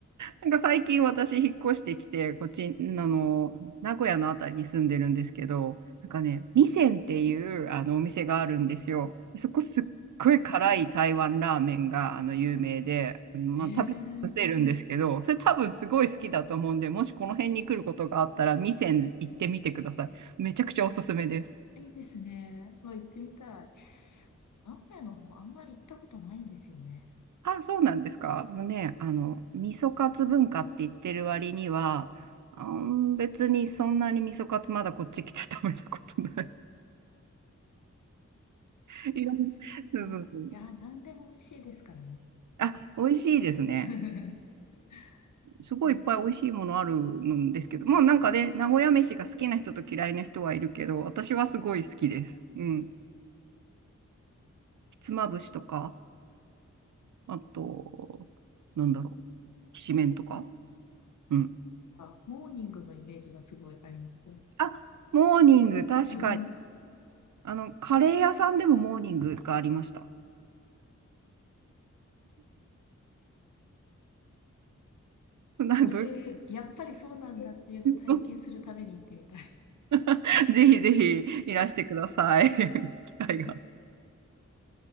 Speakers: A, on the right; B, on the left.
A: なんか最近私引っ越してきて、こっち、あの、名古屋のあたりに住んでるんですけど、なんかね、味仙っていうあのお店があるんですよ。そこすっごい辛い台湾ラーメンがあの有名で、まあ、
B: <laughs> えー、
A: 食べさせるんですけど、それ多分すごい好きだと思うんで、もしこの辺に来ることがあったら、味仙行ってみてください。めちゃくちゃおすすめです。
B: いいですね。うわ、行ってみたい。名古屋の方もあんまり行ったことないんですよね。
A: あ、そうなんですか。もうね、あの、味噌カツ文化って言ってる割には、あん、別にそんなに味噌カツまだこっち来て食べたことない。<laughs> いろんなそうそうそう。
B: そっか。いやー、何でも美味しいですからね。
A: あ、美味しいですね。
B: <laughs>
A: すごいいっぱい美味しいものあるんですけど、
B: なん
A: まあなんかね、名古屋飯が好きな人と嫌いな人はいるけど、私はすごい好きです。うん。ひつまぶしとか、あと、なんだろう、きしめんとか。うん。
B: かモーニングのイメージがすごいあります。
A: あ、モーニング、確かに。
B: うん。
A: あの、カレー屋さんでもモーニングがありました。なんどういう
B: それ、やっぱりそうなんだっていうのを体験するために行ってみたい。
A: こと <laughs> ぜひぜひいらしてください。<laughs> 機会が。
B: <laughs>